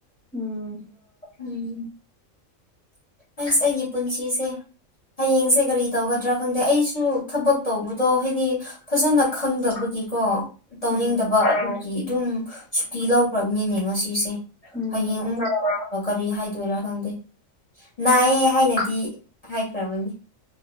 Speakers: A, in the centre; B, on the left.
A: ꯎꯝ
B: ꯎꯝ ꯑꯁ ꯑꯩꯒꯤ ꯄꯨꯟꯁꯤꯁꯦ ꯍꯌꯦꯡꯁꯦ ꯀꯔꯤ ꯇꯧꯒꯗ꯭ꯔꯥ ꯈꯪꯗꯦ ꯑꯩꯁꯨ ꯊꯕꯛ ꯇꯧꯕꯗꯣ ꯍꯥꯏꯗꯤ ꯐꯖꯅ ꯈꯪꯗꯕꯒꯤꯀꯣ ꯇꯧꯅꯤꯡꯗꯕ
A: ꯎꯝ
B: ꯑꯗꯨꯝ ꯁꯨꯇꯤ ꯂꯧꯈ꯭ꯔꯕꯅꯤꯅꯦ ꯉꯁꯤꯁꯦ
A: ꯎꯝ
B: ꯍꯌꯦꯡ ꯑꯃꯨꯛ ꯀꯔꯤ ꯍꯥꯏꯗꯣꯏꯔꯥ ꯈꯪꯗꯦ ꯅꯥꯏꯌꯦꯦ ꯍꯥꯏꯅꯗꯤ ꯍꯥꯏꯈ꯭ꯔꯕꯅꯤ꯫